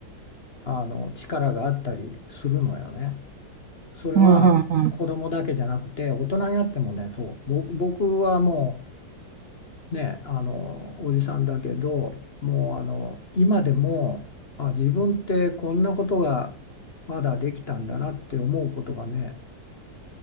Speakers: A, on the left (about 40°); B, on the right (about 60°).
A: あの力があったりするのよね。それは子供だけじゃなくて大人になってもねそう僕僕はもう
B: うん、うん、う
A: ね、あのおじさんだけどもうあの今でもあ自分ってこんなことがまだできたんだなって思うことがね